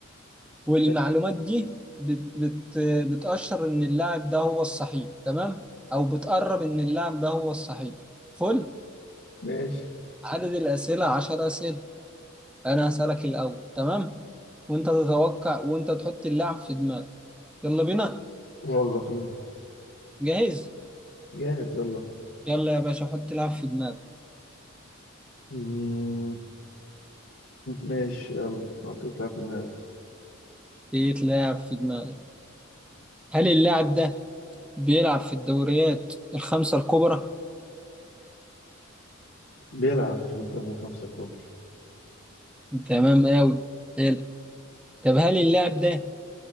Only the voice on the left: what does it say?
ماشي
ماشي.
يلا بينا
جاهز يلا
مم. ماشي يلا حطيت لاعب في دماغك
بيلعب في الدوري الخمسة الكبرى